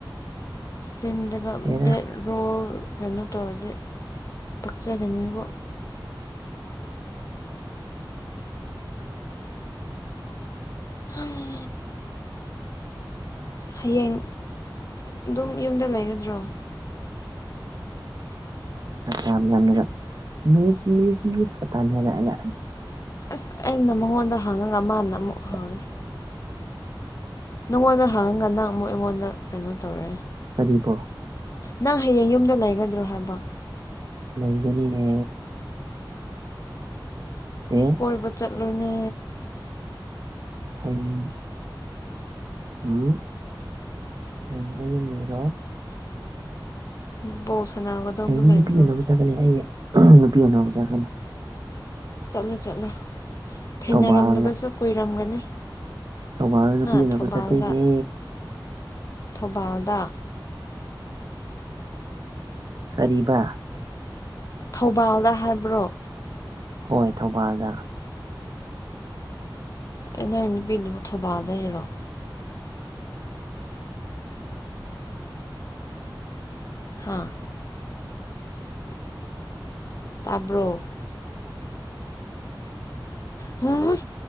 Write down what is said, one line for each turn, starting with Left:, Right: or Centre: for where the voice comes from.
Left: ꯐ꯭ꯝꯗꯒ
Right: ꯍꯦꯔꯥ
Left: ꯕꯦꯠ ꯔꯣꯜ ꯀꯩꯅꯣ ꯇꯧꯔꯗꯤ ꯄꯛꯆꯒꯅꯤꯕꯨ ꯑꯪ ꯍꯌꯦꯡ ꯑꯗꯨꯝ ꯌꯨꯝꯗ ꯂꯩꯒꯗ꯭ꯔꯣ
Right: ꯌꯥꯝꯂꯒ <inaudible> ꯃꯤꯁ ꯃꯤꯁ ꯃꯤꯁꯀ ꯇꯥꯟꯅꯔꯛꯑꯒ
Left: ꯑꯁ ꯑꯩꯅ ꯃꯉꯣꯟꯗ ꯍꯪꯉꯒ ꯃꯥꯅ ꯑꯃꯨꯛ ꯍꯧꯔꯦ
Right: <inaudible>
Left: ꯅꯪꯉꯣꯟꯗ ꯍꯪꯉꯒ ꯅꯪ ꯑꯃꯨꯛ ꯑꯩꯉꯣꯟꯗ ꯀꯩꯅꯣ ꯇꯧꯔꯦ
Right: ꯇꯔꯤꯕꯣ
Left: ꯅꯪ ꯍꯌꯦꯡ ꯌꯨꯝꯗ ꯂꯩꯒꯗ꯭ꯔꯣ ꯍꯥꯏꯕ
Right: ꯂꯩꯒꯅꯤꯅ ꯎꯝ
Left: ꯀꯣꯏꯕ ꯆꯠꯂꯨꯅꯦ
Right: ꯑꯩ ꯎꯝ ꯍꯌꯦꯡ ꯑꯩ ꯑꯃ ꯂꯩꯔꯣꯏ
Left: <inaudible> ꯁꯅꯥꯒꯗꯧꯕ
Right: ꯍꯌꯦꯡꯗꯤ
Left: ꯂꯩꯕ꯭ꯔꯣ
Right: ꯅꯨꯄꯤ ꯎꯅꯕ ꯆꯠꯀꯅꯤ ꯑꯩꯒꯤ ꯅꯨꯄꯤ ꯎꯅꯕ ꯆꯠꯀꯅꯤ
Left: ꯆꯠꯂꯣ ꯆꯠꯂꯨ ꯊꯦꯡꯅꯔꯝꯗꯕꯁꯨ
Right: ꯊꯧꯕꯥꯜ
Left: ꯀꯨꯏꯔꯝꯒꯅꯤ
Right: ꯊꯧꯕꯥꯜ ꯅꯨꯄꯤ
Left: ꯍꯥ
Right: ꯎꯅꯕ
Left: ꯊꯧꯕꯥꯜꯗ
Right: ꯆꯠꯇꯣꯏꯅꯦ
Left: ꯊꯧꯕꯥꯜꯗ
Right: ꯀꯔꯤꯕ
Left: ꯊꯧꯕꯥꯜꯗ ꯍꯥꯏꯕ꯭ꯔꯣ
Right: ꯍꯣꯏ ꯊꯧꯕꯥꯜꯗ
Left: ꯑꯩ ꯅꯪꯒꯤ ꯅꯨꯄꯤꯗꯨꯕꯨ ꯊꯧꯕꯥꯜꯗ ꯏꯔꯣ ꯍꯥꯥ ꯇꯥꯕ꯭ꯔꯣ ꯍꯣꯏ